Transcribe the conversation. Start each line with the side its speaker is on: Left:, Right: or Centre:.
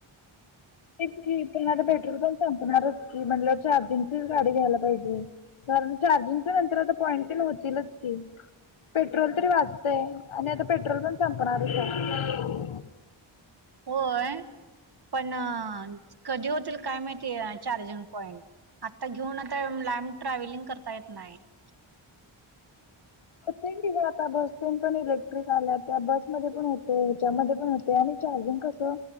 Left: तेच की पण आता पेट्रोल पण संपणारच की म्हंटल्यावर चार्जिंगचीच गाडी घ्यायला पाहिजे कारण चार्जिंगच्या नंतर आता पॉईंट होतीलच की पेट्रोल तरी वाचतयं आणि आता पेट्रोल पण संपणारच आहे
Right: होय पण कधी होतील काय माहिती चार्जिंग पॉईंट आत्ता घेऊन आता लांब ट्रॅव्हलिंग करता येत नाही <unintelligible>
Left: होय की गं आता बसतेन पण इलेक्ट्रिक आल्यात बसमध्ये पण होतंय ह्याच्यामध्ये पण होत ते आणि चार्जिंग कसं